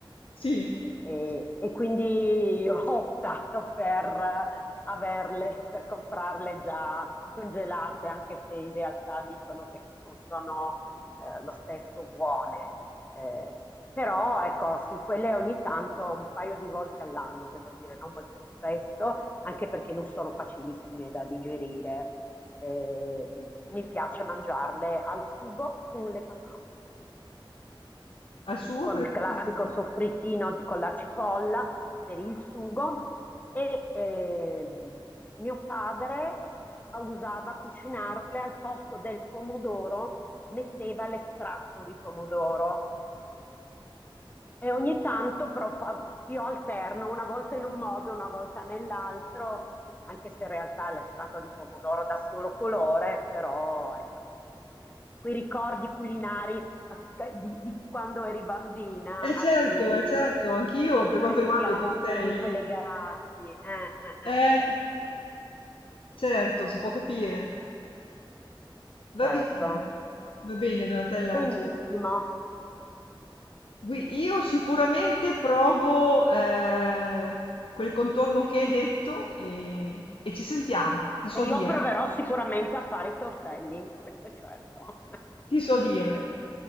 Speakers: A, on the left (about 85°); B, on the left (about 20°).
A: sì,
B: e, e quindi <laughs> ho optato per averle, per comprarle già congelate, anche se in realtà dicono che non sono eh, lo stesso buone. Eh, però ecco, sì, quelle ogni tanto, un paio di volte all'anno, devo dire, non molto spesso, anche perché non sono facilissime da digerire. Eh, mi piace mangiarle al sugo con le patate
A: al suo
B: con
A: con
B: il
A: le patate.
B: classico soffrittino di- con la cipolla per il sugo e ehm, mio padre usava cucinarle al posto del pomodoro, metteva l'estratto di pomodoro e ogni tanto però fa- io alterno una volta in un modo, una volta nell'altro, anche se in realtà l'estratto di pomodoro dà solo colore, però ecco, eh, quei ricordi culinari a- di, di quando eri bambina
A: Eh certo,
B: a cui
A: eh certo, anch'io per quanto
B: restiamo
A: riguarda i tortelli.
B: comunque legati. Eh, eh, eh,
A: Eh, certo, si può capire.
B: certo,
A: Va bene, va bene, Donatella.
B: benissimo.
A: Gui- Io sicuramente provo eh, quel contorno che hai detto e, e ci sentiamo, ti so
B: E io
A: dire,
B: proverò sicuramente a fare i tortelli, questo è certo. <laughs>
A: ti so dire.